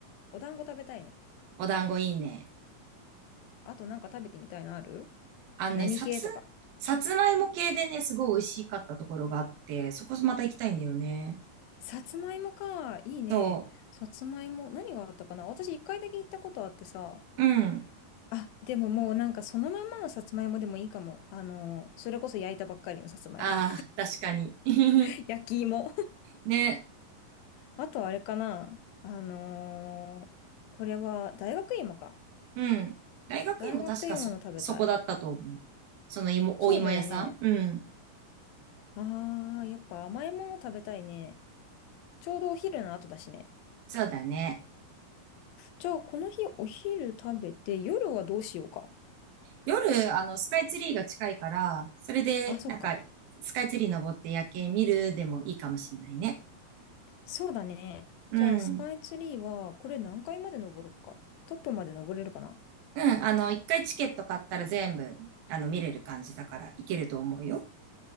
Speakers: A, on the left; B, on the right.
A: お団子食べたいの。
B: お団子いいね。
A: あとなんか食べてみたいのある
B: あのね、
A: 何系とか。
B: さつ、さつまいも系でね、すごい美味しかったところがあって、そこまた行きたいんだよね。
A: さつまいもか。いいね。
B: そ
A: さつまいも。何があったかな私一回だけ行ったことあってさ。
B: う。うん。
A: あ、でももうなんかそのまんまのさつまいもでもいいかも。あの、それこそ焼いたばっかりのさつまいも。
B: ああ、確かに。<laughs>
A: <laughs> 焼き芋。
B: で、
A: あとあれかな。あのーこれは大学芋か。
B: うん。大学院も確かそ、
A: 大学芋も食べたい。
B: そこだったと思う。その芋、
A: そうだよね。
B: お芋屋さん。うん。
A: ああ、やっぱ甘いもの食べたいね。ちょうどお昼の後だしね。
B: そうだね。
A: じゃあ、この日お昼食べて、夜はどうしようか。
B: 夜、あの、スカイツリーが近いから、それで、
A: あ、そっか。
B: なんか、スカイツリー登って夜景見るでもいいかもしんないね。
A: そうだね。
B: うん。
A: じゃあ、スカイツリーは、これ何階まで登ろっか。トップまで登れるかな。
B: うん。あの、一回チケット買ったら全部、あの、見れる感じだから、行けると思うよ。